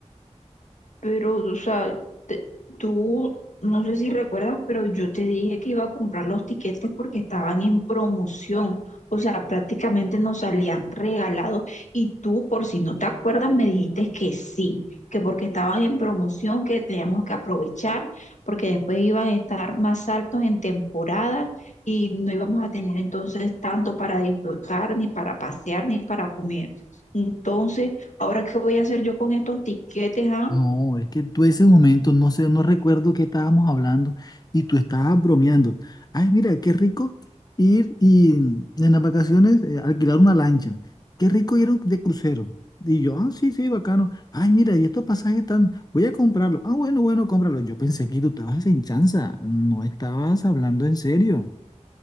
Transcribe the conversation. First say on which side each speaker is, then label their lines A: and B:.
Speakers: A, on the left (about 75°); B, on the left (about 30°).
A: Pero, o sea, te- tú, no sé si recuerdas, pero yo te dije que iba a comprar los tiquetes porque estaban en promoción. O sea, prácticamente nos salían regalados. Y tú, por si no te acuerdas, me dijiste que sí, que porque estaban en promoción, que teníamos que aprovechar, porque después iban a estar más altos en temporada y no íbamos a tener entonces tanto para disfrutar, ni para pasear, ni para comer. Entonces, ¿ahora qué voy a hacer yo con estos tiquetes, ah?
B: No, es que tú ese momento, no sé, no recuerdo qué estábamos hablando y tú estabas bromeando. Ay, mira, qué rico ir y en las vacaciones eh, alquilar una lancha. Qué rico ir a un- de crucero. Y yo, ah, sí, sí, bacano. Ay, mira, y estos pasajes están, voy a comprarlos. Ah, bueno, bueno, cómpralos. Yo pensé que tú estabas en chanza, no estabas hablando en serio.